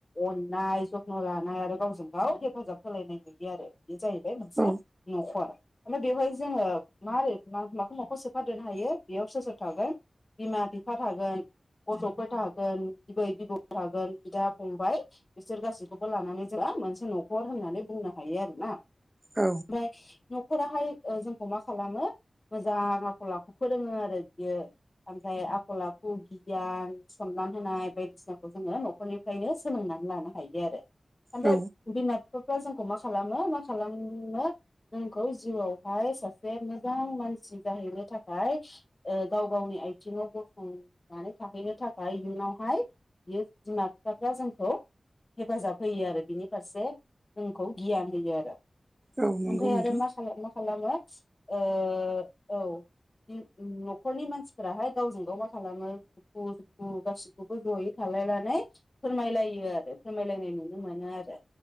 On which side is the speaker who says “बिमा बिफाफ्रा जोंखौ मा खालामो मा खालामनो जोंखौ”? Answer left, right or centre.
Left